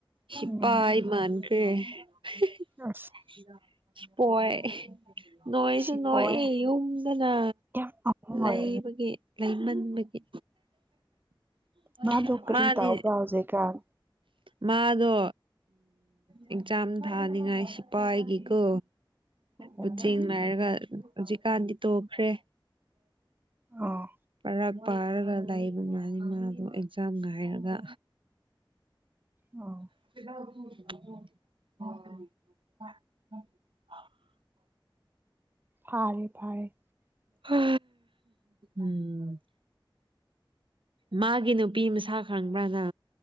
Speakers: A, on the right; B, on the right.
A: ꯁꯤꯄꯥꯏ
B: ꯎꯝ
A: ꯃꯥꯟ <inaudible> <unintelligible>
B: ꯑꯁ
A: ꯍꯣꯏ ꯅꯣꯏꯁꯨ
B: ꯁꯤ
A: ꯅꯣꯏꯑꯦ
B: ꯄꯣꯛꯑꯦ
A: ꯌꯨꯝꯗꯅ
B: ꯌꯥꯝ ꯑꯍꯣꯏ
A: ꯂꯩꯕꯒꯤ ꯂꯩꯃꯟꯕꯒꯤ <unintelligible>
B: ꯃꯥꯗꯣ ꯀꯔꯤ
A: ꯃꯥꯟꯅꯤ
B: ꯇꯧꯕ꯭ꯔꯥ ꯍꯧꯖꯤꯛꯀꯥꯟ
A: ꯃꯥꯗꯣ ꯑꯦꯛꯖꯥꯝ ꯊꯥꯅꯤꯉꯥꯏ ꯁꯤꯐꯥꯏꯒꯤꯀꯣ
B: ꯎꯝ
A: ꯃꯆꯤꯡ ꯅꯥꯏꯔꯒ ꯍꯧꯖꯤꯛꯀꯥꯟꯗꯤ ꯇꯣꯛꯈ꯭ꯔꯦ
B: ꯑꯥ
A: ꯄꯔꯥꯛ ꯄꯥꯔꯒ ꯂꯩꯕ ꯃꯥꯜꯂꯦ ꯃꯥꯗꯣ ꯑꯦꯛꯖꯥꯝ ꯉꯥꯏꯔꯒ
B: ꯑꯣ
A: <unintelligible>
B: ꯐꯥꯔꯦ ꯐꯥꯔꯦ
A: ꯍꯥ ꯎꯝ ꯃꯥꯒꯤ ꯅꯨꯄꯤ ꯃꯁꯥ ꯈꯪꯕ꯭ꯔꯥꯅ